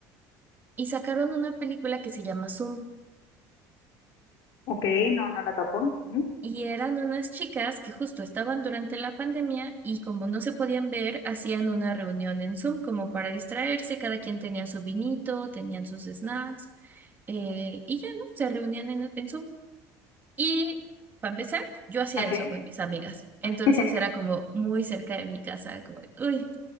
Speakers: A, on the right; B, on the left.
A: Y sacaron una película que se llama Zoom.
B: Ok, no, no la topo. Ujú.
A: Y eran unas chicas que justo estaban durante la pandemia y como no se podían ver, hacían una reunión en Zoom como para distraerse. Cada quien tenía su vinito, tenían sus snacks eh, y ya, ¿no? Se reunían en, en Zoom. Y para empezar, yo hacía
B: Ok,
A: eso con mis amigas. Entonces
B: <laughs>
A: era como muy cerca de mi casa, como, de, uy,